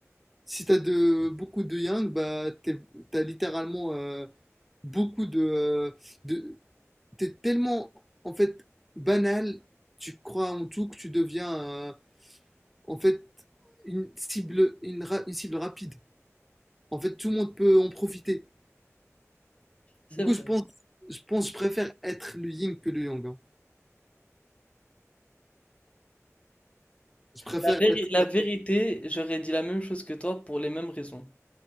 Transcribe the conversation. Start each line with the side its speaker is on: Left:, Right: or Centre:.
Centre: Si t'as de beaucoup de Yang, bah, t'es- t'as littéralement euh, beaucoup de, euh, de, t'es tellement en fait banal, tu crois en tout que tu deviens euh, en fait une cible, une ra- une cible rapide. En fait, tout le monde peut en profiter.
Left: c'est
Centre: Du
Left: vrai.
Centre: coup, je pense, je pense, je préfère être le yin que le yang. hein. Je préfère
Left: La véri-
Centre: être.
Left: la vérité, j'aurais dit la même chose que toi pour les mêmes raisons.